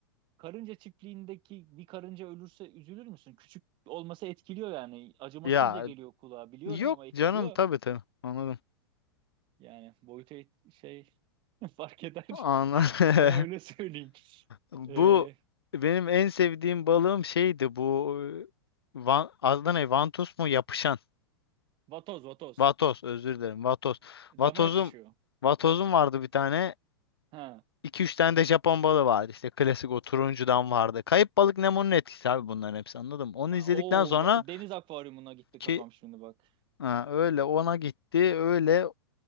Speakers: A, on the right; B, on the left.
A: karınca çiftliğindeki bir karınca ölürse üzülür müsün? Küçük olması etkiliyor yani acımasız
B: Ya
A: da geliyor kulağa biliyorum
B: yok
A: ama etkiliyor.
B: canım tabii tabii anladım.
A: Yani boyutu et- şey <laughs> fark eder
B: Anladım.
A: <laughs> sana
B: <laughs>
A: öyle söyleyeyim.
B: Bu
A: Ee,
B: benim en sevdiğim balığım şeydi bu e, Van, adı ne? Vantus mu? Yapışan.
A: vatoz vatoz
B: Vatos özür dilerim. Vatos. Vatozum
A: cama yapışıyor.
B: Vatozum vardı bir tane.
A: Ha.
B: iki üç tane de Japon balığı vardı. İşte klasik o turuncudan vardı. Kayıp Balık Nemo'nun etkisi abi bunların hepsi anladım. Onu izledikten
A: O
B: sonra
A: deniz akvaryumuna gitti
B: ki
A: kafam şimdi bak.
B: ha, öyle ona gitti. Öyle